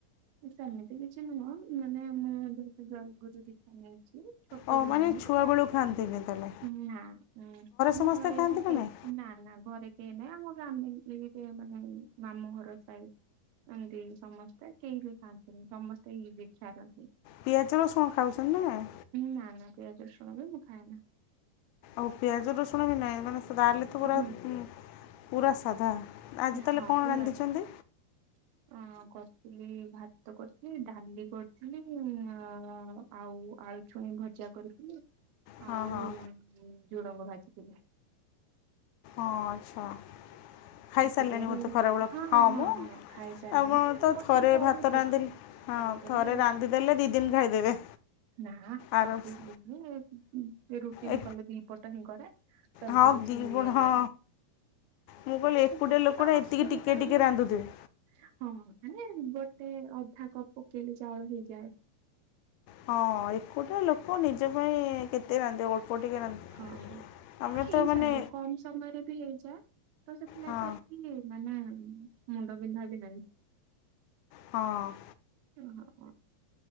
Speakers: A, on the right; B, on the left.
A: ସେମିତି କିଛି ନୁହଁ ମାନେ ମୁଁ ଯେହେତୁ ଜୟ ଗୁରୁ ଦୀକ୍ଷା ନେଇ ଛି ଛୋଟବେଳୁ
B: ଓ ମାନେ
A: ହିଁ,
B: ଛୁଆବେଳୁ ଖାଆନ୍ତିନି ତାହେଲେ
A: ନା ଉଁ ଆମ
B: ସମସ୍ତେ
A: ଘରେ
B: ଖାଆନ୍ତି
A: ଏବେ
B: କି
A: କେହି
B: ନାହିଁ?
A: ନା ନା ଘରେ କେହି ନାହିଁ ଆମର ଆମେ ଏଇ ମାନେ ମାମୁଁ ଘର ସାଇ ଏମିତି ସମସ୍ତେ କେହି ବି ଖଆନ୍ତିନି, ସମସ୍ତେ ଏଇ ଦିକ୍ଷାର
B: ପିଆଜ ରସୁଣ ଖାଉଛନ୍ତି ନା ନାଇ?
A: ନା ନା ପିଆଜ ରସୁଣ ବି ମୁଁ ଖାଇନା।
B: ଆଉ ପିଆଜ ରସୁଣ ବି ନାହିଁ ମାନେ ତାହେଲେ ତ ପୁରା
A: ହୁଁ
B: ଉଁ ପୁରା ସାଧା। ଆଜି ତାହେଲେ
A: ହଁ
B: କଣ
A: ପୁରା
B: ରାନ୍ଧିଛନ୍ତି?
A: ସାଧା ଅ କ ଲି ଭାତ କରିଥିଲି, ଡାଲି କରିଥିଲି, ଆ-ଆ-ଆ-ଆ ଆଉ ଆଳୁ ଛୁଇଁ ଭଜା ଜା କରିଥିଲି
B: ହଁ
A: ଆଉ-ଉ-ଉ
B: ହଁ।
A: ଝୁଡ଼ଙ୍ଗ ଭାଜିଥିଲି।
B: ହଁ ଆଚ୍ଛା। ଖାଇସାରିଲେଣି
A: ଏକୁଟିଆ ରହିଲ
B: ବୋଧେ ଖରାବେଳ
A: ହଁ ହଁ ହଁ
B: ମୁଁ
A: ହଁ ଖାଇସାରିଲଣିି
B: ଆପଣ ତ
A: ବସିକି
B: ଥରେ
A: ପଢୁଥିଲି।
B: ଭାତ ରାନ୍ଧିଲେ ହଁ
A: ତାପରେ
B: ଥରେ ରାନ୍ଧିଦେଲେ ଦି ଦିନ ଖାଇଦେବେ।
A: ନାଁ
B: ଆରାମସେ
A: <unintelligible> ରୁଟି
B: ଏ
A: ବି କଲେ ଦି ପଟ ହିଁ କରେ। ସେମିତି
B: ହଁ
A: କିଛି
B: ଦି
A: ଇଏ
B: ଗୁଣ ହଁ
A: ନାହିଁ।
B: ମୁଁ କହିଲି
A: କିନ୍ତୁ
B: ଏକୁଟିଆ
A: ଉ
B: ଲୋକଟା
A: ଏଇଟା ଅସୁବିଧା
B: ଏତିକି ଟିକେ
A: ହୁଏ
B: ଟିକେ ରାନ୍ଧୁଥିବେ।
A: ହଁ ମାନେ ଉଁ ଗୋଟେ ଅଧା କପ ପକେଇଲେ ଚାଉଳ ହେଇଯାଏ।
B: ହଁ ଏକୁଟିଆ ଲୋକ ନିଜ ପାଇଁ କେତେ ରାନ୍ଧିବ ଅଳ୍ପ ଟିକେ ରାନ୍ଧିବ।
A: ହଁ
B: ଆମେ
A: ହେଇଯାଏ
B: ତ ମାନେ
A: କମ ସମୟରେ ବି ହେଇଯାଏ। ତ ସେଥିଲାଗି
B: ହଁ
A: ଏତିକି ମାନେ ମୁଣ୍ଡ ବିନ୍ଧା ବି ନାହିଁ।
B: ହଁ
A: ଓହୋ।